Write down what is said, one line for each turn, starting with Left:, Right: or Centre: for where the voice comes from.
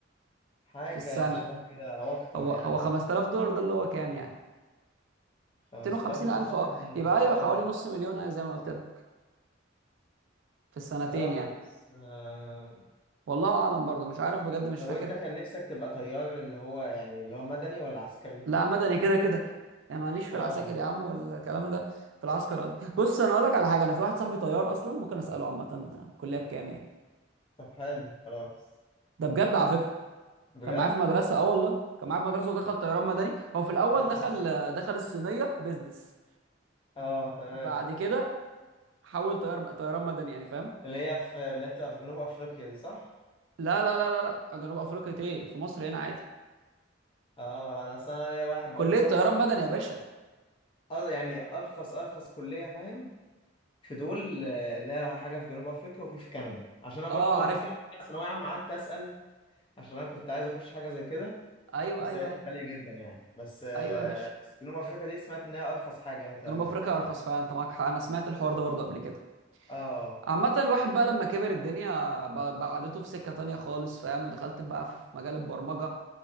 Left: حاجة
Right: في السنة
Left: شبه كده او اكتر
Right: هو
Left: يعني
Right: هو 5000
Left: اه
Right: دولار ده اللي هو كام يعني
Left: 5000
Right: 250
Left: دولار
Right: ألف
Left: ده
Right: اه
Left: يعني
Right: يبقى أيوه
Left: اه
Right: حوالي نص مليون أيوه زي ما قلت لك في السنتين
Left: اه
Right: يعني
Left: بس آه.
Right: والله أعلم برضو مش عارف بجد مش
Left: طب
Right: فاكر
Left: وانت كان نفسك تبقى طيار اللي هو يعني اللي هو مدني ولا عسكري
Right: لا مدني كده كده يعني معليش في
Left: اه
Right: العساكر يا عم والكلام ده في العسكر قصدي. بص أنا أقول لك على حاجة أنا في واحد صاحبي طيار أصلا ممكن أسأله عامة كلية بكام يعني
Left: طب حلو خلاص
Right: ده بجد على فكرة
Left: بجد
Right: كان معايا في مدرسة اه والله كان معايا في مدرسة ودخل طيران مدني هو في الأول
Left: انا
Right: دخل
Left: ع-
Right: دخل الصينية بيزنس
Left: اه تمام
Right: بعد كده حول طيار طيران مدني يعني فاهم
Left: اللي هي في اللي هي بتبقى في جنوب افريقيا دي صح
Right: لا لا لا لا لا جنوب افريقيا ايه في مصر هنا عادي
Left: اه انا اصلا ليا واحد
Right: كليه
Left: برضه صاحبي
Right: طيران مدني يا باشا
Left: اه يعني ارخص ارخص كلية فاهم في دول آه، لها حاجه في جنوب افريقيا وفي في كندا عشان انا
Right: اه
Left: برضو على
Right: عارفها
Left: فكره في ثانويه عامه قعدت اسال عشان انا كنت عايز اخش حاجه زي كده
Right: ايوه
Left: بس
Right: ايوه
Left: لقيتها
Right: ايوه
Left: غاليه جدا يعني بس آه،
Right: ايوه يا باشا
Left: بس جنوب افريقيا دي سمعت ان هي ارخص حاجه يعني تمام
Right: جنوب افريقيا
Left: ده
Right: ارخص فانت معاك حق انا سمعت الحوار ده برضه قبل كده
Left: اه
Right: عامة الواحد بقى لما كبر الدنيا ب- بعدته في سكة تانية خالص فاهم ودخلت بقى في في مجال البرمجة